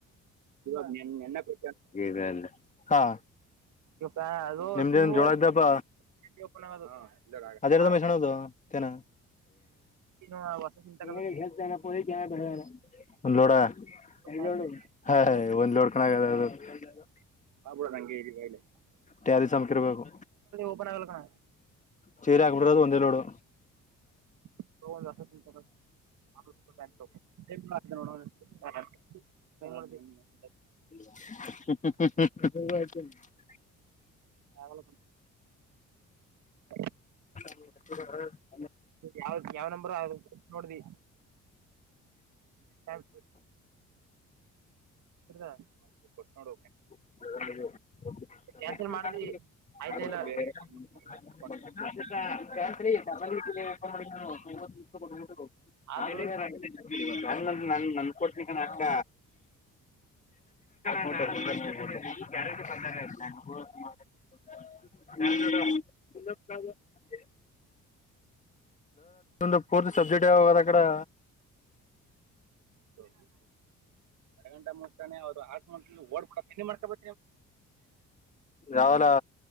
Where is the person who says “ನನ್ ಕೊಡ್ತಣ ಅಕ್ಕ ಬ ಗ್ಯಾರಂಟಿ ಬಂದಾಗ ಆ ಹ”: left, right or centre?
Left